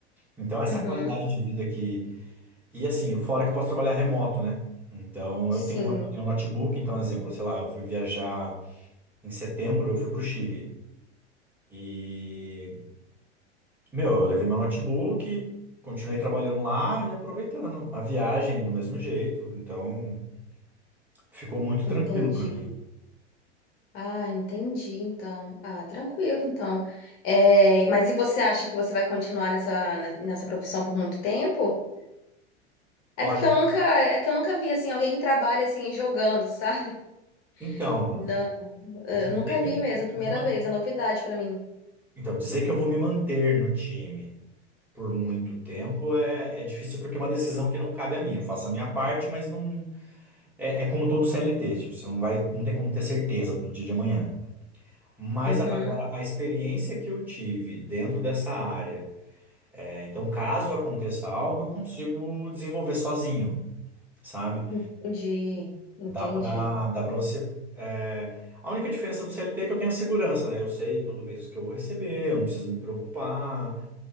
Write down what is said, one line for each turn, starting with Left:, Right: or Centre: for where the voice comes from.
Centre: Então, essa
Left: Uhum.
Centre: qualidade de vida que. E assim, fora que eu posso trabalhar remoto, né? Então, eu
Left: Sim,
Centre: tenho, eu tenho um notebook. Então, exemplo, sei lá, eu fui viajar em setembro, eu fui pro Chile. E, meu, eu levei meu notebook, continuei trabalhando lá e aproveitando a viagem do mesmo jeito. Então, ficou muito
Left: entendi.
Centre: tranquilo para mim.
Left: Ah, entendi, então. Ah, tranquilo, então. É, mas e você acha que você vai continuar nessa, nessa profissão por muito tempo?
Centre: Olha,
Left: É porque eu nunca, é que eu nunca vi assim alguém que trabalha assim jogando, <laughs> sabe?
Centre: então,
Left: Não, eu
Centre: dizer
Left: nunca
Centre: que
Left: vi
Centre: eu
Left: mesmo,
Centre: vou
Left: primeira
Centre: vou me man-
Left: vez, é novidade pra mim.
Centre: então, dizer que eu vou me manter no time por muito tempo é, é difícil porque é uma decisão que não cabe a mim. Eu faço a minha parte, mas não. É, é como todo CLT, tipo, você não vai, não tem como ter certeza do dia de amanhã. Mas
Left: Uhum.
Centre: a- agora, a experiência que eu tive dentro dessa área, é, então caso aconteça algo, eu consigo desenvolver sozinho, sabe?
Left: Entendi, entendi.
Centre: Dá pra, dá pra você. é, a única diferença do CLT é que eu tenho a segurança, né? Eu sei todo mês o que eu vou receber, eu não preciso me preocupar.